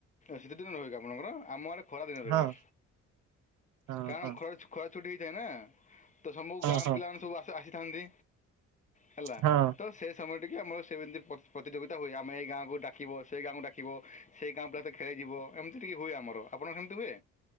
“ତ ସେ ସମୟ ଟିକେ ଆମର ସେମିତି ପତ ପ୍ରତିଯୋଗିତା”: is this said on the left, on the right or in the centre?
Left